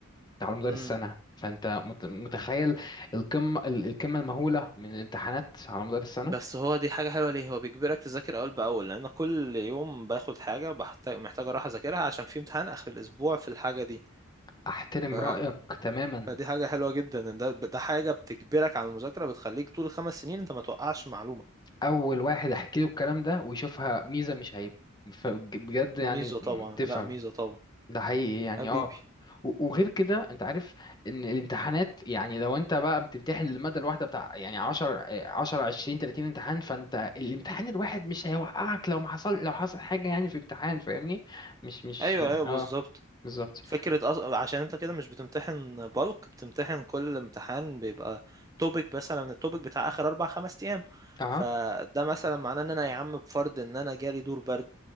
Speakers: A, on the left (about 20°); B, on the right (about 15°).
A: على مدار
B: امم
A: السنه فانت مت- متخيل القمه ال- القمه المهوله من الامتحانات على مدار السنه
B: بس هو دي حاجة حلوة ليه هو بيجبرك تذاكر أول بأول لأن كل يوم باخد حاجة بحتاج محتاج أروح أذاكرها عشان في امتحان آخر الأسبوع في الحاجة دي
A: احترم
B: ف...
A: رايك تماما
B: فدي حاجة حلوة جدا إن ده ده حاجة بتجبرك على المذاكرة بتخليك طول الخمس سنين أنت ما توقعش معلومة
A: اول واحد احكي له الكلام ده ويشوفها ميزه مش عيب فبجد يعني
B: ميزة طبعا
A: بتفهم
B: لا ميزة طبعا
A: ده حقيقي يعني
B: حبيبي
A: اه و- وغير كده انت عارف ان الامتحانات يعني لو انت بقى بتمتحن للمادة الواحدة بتاع يعني 10 10 20 30 امتحان فانت الامتحان الواحد مش هيوقعك لو ما حصل لو حصل حاجة يعني في امتحان فاهمني مش مش
B: أيوه أيوه بالظبط
A: اه بالظبط
B: فكرة أص... عشان انت كده مش بتمتحن بالك بتمتحن كل امتحان بيبقى توبيك مثلا من التوبيك بتاع اخر اربع خمس ايام
A: اه
B: فده مثلا معناه ان انا يا عم بفرض ان انا جالي دور برد